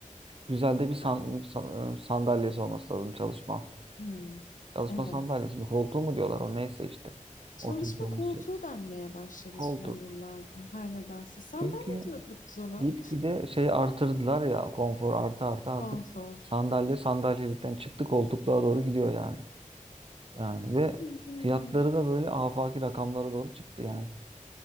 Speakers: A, on the right; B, on the left.
A: Güzel de bir san-
B: A-
A: san- e, sandalyesi olması lazım çalışma.
B: Hmm,
A: Çalışma
B: Evet.
A: sandalyesi mi? Koltuğu mu diyorlar o neyse işte.
B: Çalışma
A: Oturduğumuz
B: koltuğu
A: şey.
B: denmeye başladı
A: Koltuk.
B: son yıllarda. Her nedense. Sandalye
A: Çünkü
B: diyorduk biz ona.
A: gitgide şey artırdılar ya konfor artı artı artık
B: <laughs> Konfor.
A: sandalye sandalyelikten çıktı koltuklara doğru gidiyor yani. Yani ve
B: Değil
A: fiyatları
B: mi ya?
A: da böyle afaki rakamlara doğru çıktı yani.